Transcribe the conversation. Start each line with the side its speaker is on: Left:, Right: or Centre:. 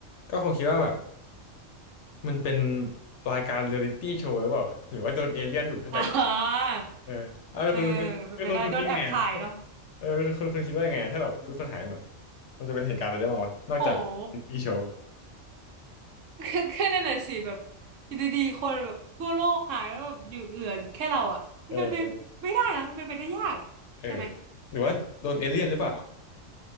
Left: ก็คงคิดว่าแบบมันเป็นรายการเรียลิตี้โชว์หรือเปล่าหรือว่าโดนเอเลี่ยนดูดขึ้นไปก็
Right: <laughs> อ่า
Left: เออเอาคุณคุณคุณคุณคุณคิดไงอะ
Right: เออเป็นไปได้โดนแอบถ่ายเนาะ
Left: เออคุณคุณคุณคิดว่ายังไงอะถ้าแบบคือคนหายหมดอะ
Right: อืม
Left: มันจะเป็นเหตุการณ์อะไรได้บ้างวะนอกจากเรียลิตี้โชว์
Right: โอ้โห <laughs> ก็ก็นั่นน่ะสิแบบอยู่ดีๆคนแบบทั่วโลกหายแล้วแบบอยู่เหลือแค่เราอ่ะมันเป็นไปไม่ได้นะมันเป็นไปได้ยากอ่ะใช่ไหม
Left: เออเออเออหรือว่าโดนเอเลี่ยนหรือเปล่า
Right: อืม